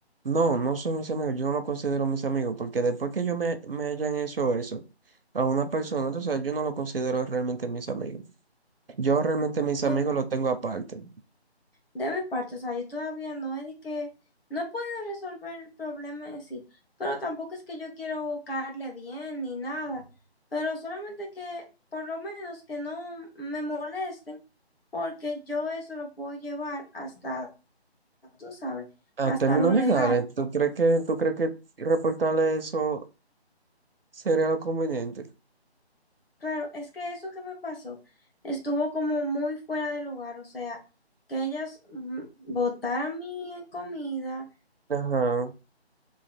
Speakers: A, on the right; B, on the left.
A: No, no son mis amigos, yo no lo considero mis amigos, porque después que yo me, me hayan hecho eso a una persona, entonces yo no lo considero realmente mis amigos. Yo realmente
B: porque
A: mis amigos los tengo aparte.
B: de mi parte, o sea, yo todavía no he de que, no he podido resolver el problema en sí, pero tampoco es que yo quiero caerle bien ni nada, pero solamente que por lo menos que no me molesten, porque yo eso lo puedo llevar hasta, tú sabes,
A: A
B: hasta
A: términos
B: lo legal.
A: legales, ¿tú crees que, tú crees que reportarle eso? Sería lo conveniente.
B: Claro, es que eso que me pasó estuvo como muy fuera de lugar, o sea, que ellas mm, botaran mi comida
A: Ajá,